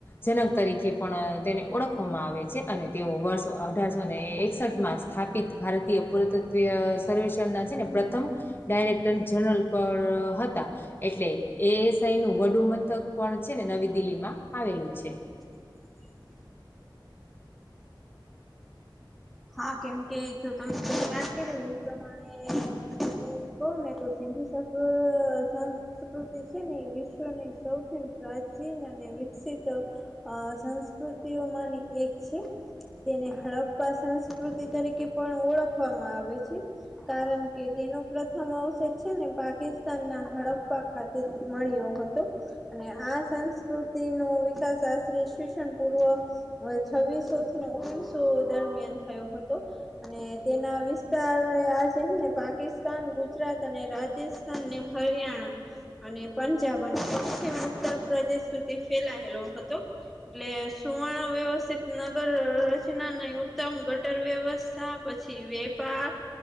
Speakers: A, on the left; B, in the centre.
A: જનક તરીકે પણ તેને ઓળખવામાં આવે છે અને તેઓ વર્ષ અઢારસો ને એકસઠ માસ સ્થાપિત ભારતીય પુરાતત્વ સર્વેષણ ના છેને પ્રથમ ડાયરેક્ટર જનરલ પણ હતા એટલે એએસ આઈનું વડુ મથક પણ છે ને નવી દિલ્હી માં આવેલું છે
B: <inaudible> હા કેમ કે જો તમે શરૂ વાત કરી એ પ્રમાણે હું ક્વ ને તો સિંધુ <unintelligible> સંસ્કૃતિ છે ને એ વિશ્વની સૌથી પ્રાચીન અને વિકસિત અ સંસ્કૃતિઓમાંની એક છે તેને હડપ પાસે સંસ્કૃતિ તરીકે પણ ઓળખવામાં આવે છે કારણ કે તેનો પ્રથમ અવષધ છે ને પાકિસ્તાન ના હડપપા ખાતે મળ્યો હતો અને આ સંસ્કૃતિ નો વિકાસ આશરે શિક્ષણ પૂર્વ છવ્વીસો થીને ઓગણીસો દરમિયાન થયો હતો અને તેના વિસ્તાર આ છેને પાકિસ્તાન ગુજરાત અને રાજસ્થાન ને હરિયાણા અને પંજાબ <inaudible> અને પ્ચિમ ઉત્તર પ્રદેશ સુધી ફેલાયેલો હતો એટલે સુવર્ણ વ્યવસ્થિત નગર રચના ન ઉત્તમ ગટર વ્યવસ્થા પછી વેપાર